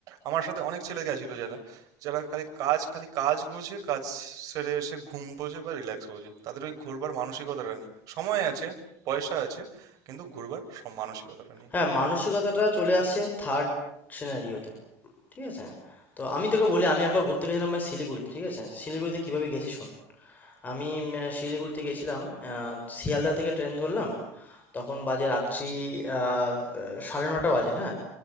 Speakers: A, on the right (about 45°); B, on the left (about 20°).
A: আমার সাথে অনেক ছেলে গেছিল যারা যারা খালি কাজ খালি কাজ বোঝে কাজ সেরে এসে ঘুম বোঝে বা রিল্যাক্স বোঝে তাদের ওই ঘোরবার মানসিকতাটা নেই সময় আছে পয়সা আছে কিন্তু ঘুরবার সম- মানসিকতাটা নেই
B: হ্যাঁ, মানসিকতাটা চলে আসছে থার্ড সিনারিওতে। ঠিক আছে? তো আমি তোকে বলি আমি একবার ঘুরতে গেছিলাম ভাই শিলিগুড়িতে। ঠিক আছে? শিলিগুড়িতে কিভাবে গেছি শোন। আমি উম, শিলিগুড়িতে গেছিলাম আহ, শিয়ালদা থেকে ট্রেন ধরলাম তখন বাজে রাত্রি আহ, সাড়ে নটা বাজে হ্যাঁ